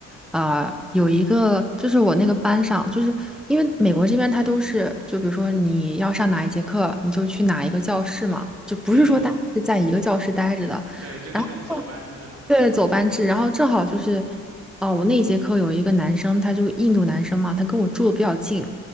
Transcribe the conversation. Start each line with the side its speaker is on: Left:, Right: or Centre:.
Centre: 啊、有一个就是我那个班上，就是因为美国这边他都是，就比如说你要上哪一节课，你就去哪一个教室嘛，就不是说大家是在一个教室待着的。
Right: 嗯，对，就那种走班制嘛。
Centre: 然后。”对，走班制，然后正好就是，哦，我那一节课有一个男生，他就印度男生嘛，他跟我住的比较近，